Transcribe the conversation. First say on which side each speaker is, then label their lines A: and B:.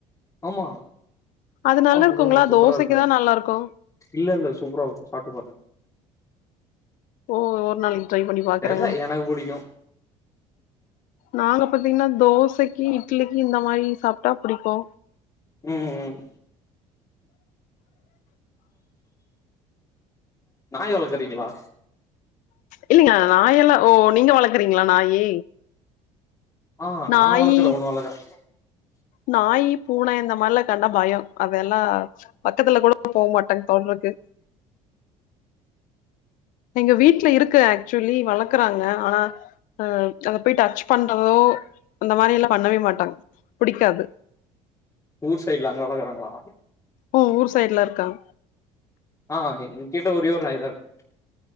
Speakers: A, on the left; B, on the left.
A: ஆமா
B: அது நல்லா
A: சாப்ட்டு
B: இருக்குங்களா
A: பாருங்க சூப்பரா
B: தோசைக்குதா
A: இருக்கு
B: நல்லா இருக்கு
A: இல்ல இல்ல சூப்பரா இருக்கு சப்புட்டு பாருங்க
B: ஓ ஒரு நாளைக்கு ட்ரை பண்ணி பாக்குறேங்க
A: தெர்ல எனக்கு புடிக்கு
B: நாங்க பாத்தீங்கன்னா தோசைக்கு இட்லிக்கு இந்த மாரி சாப்டா புடிக்கு
A: ம் ம் நாய் வளக்கறீங்களா
B: இல்லைங்க நாயெல்லா ஓ நீங்க வளக்குறீங்களா நாயி
A: ஆ
B: நாயி
A: நா வளக்கற ஒன்னு வளக்கற
B: நாயி பூன இந்த மாரில கண்டா பயோ அதெல்லா பக்கத்துல கூடோ போ மாட்டேங் தொட்றக்கு எங்க வீட்ல இருக்கு ஆக்சுவலி வளர்க்குறாங்க ஆனா அ அங்க போய்ட் டச் பண்றதோ அந்த மாரி எல்லா பண்ணவே மாட்டாங்க புடிக்காது
A: ஊர் சைட்ல அங்க வளக்கறாங்ளா
B: உ ஊரு சைட்லருக்காங்
A: ஆ எங்கிட்ட ஒரேயொரு நாய்தாருக்கு